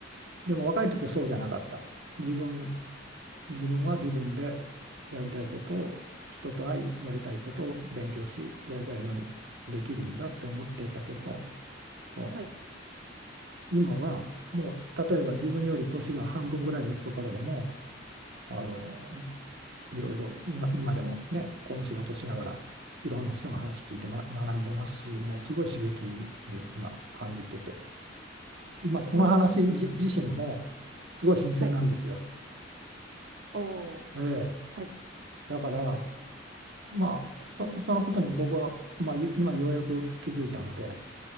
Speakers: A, on the right (about 70°); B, on the right (about 80°).
A: でも若い時はそうじゃなかった。自分自分は自分でやりたいことを人と会いやりたいことを勉強しやりたいようにできるんだって思ってたけどこ
B: はい、
A: う今はもう例えば自分より年が半分ぐらいの人からでもあのいろいろ今今でもねこの仕事をしながらいろんな人の話聞いて、ま、学んでますしもうすごい刺激に今感じてて今この話じ自身も
B: うーん、
A: すごい新鮮なんですよ。
B: はい、おー、
A: え
B: はい、
A: ーだからまあ、そ、そのことに僕は、まあ、ゆ今ようやく気づいたので、